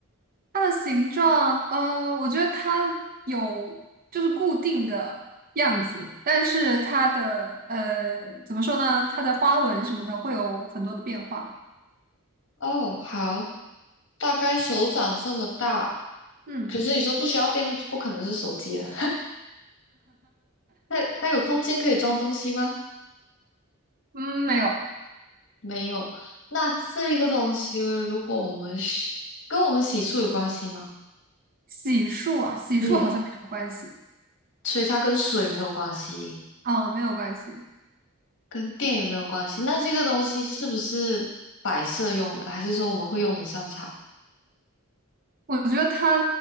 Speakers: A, on the right; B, on the left.
A: 它的形状，呃，我觉得它有就是固定的样子，但是它的呃，怎么说呢？它的花纹什么的会有很多的变化。
B: 哦，好，大概手掌这么大。
A: 嗯
B: 可是你说不需要电，那就不可能是手机了。<laughs> 那它有空间可以装东西吗？
A: 嗯，没有
B: 没有。那这个东西，如果我们是跟我们洗漱有关系吗？
A: 洗漱啊，洗漱好像没什么关系。
B: 嗯，所以它跟水没有关系，
A: 嗯，没有关系。
B: 跟电也没有关系。那这个东西是不是摆设用的，还是说我们会用得上它？
A: 我觉得它，